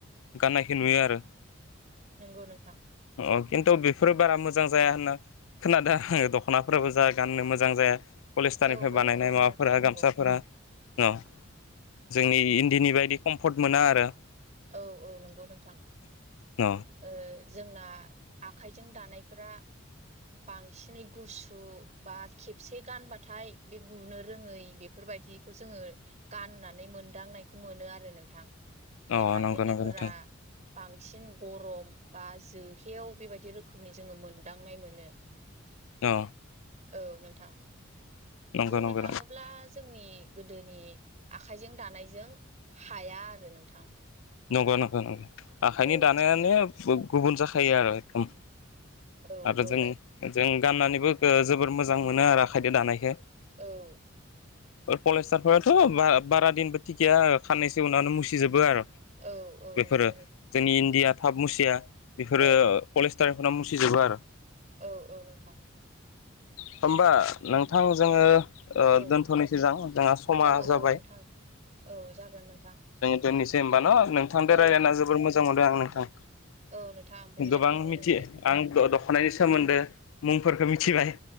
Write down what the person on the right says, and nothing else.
नोंगौ नोंथां
औ
औ नंगौ
नोंथां नंगौ
औ औ नंगौ नोंथां
ओ जोंना आखाइजों दानायफोरा बांसिनै गुसु बा खेबसे गानबाथाय बे गुनो रोङै बेफोरबायदि खौ जोङो गाननानै मोनदांनायखौ मोनो आरो नोंथां बे
हाथायनिफोरा
बांसिन गरम बा जोहेव बेबायदि रोखोमनि जोङो मोनदांनाय मोनो
औ नोंथां
बुंनो
थाङोब्ला जोंनि गोदोनि आखाइजों दानायजों हाया आरो नोंथां
औ
नोंथां
औ
औ
औ
औ औ
नंगौ
औ
औ औ नोंथां।
औ
औ
औ नोंथां औ जागोन नोंथां
औ
नोंथां
औ नोंथां आंबो बिराद
गोजोननाय
मोनबाय
उम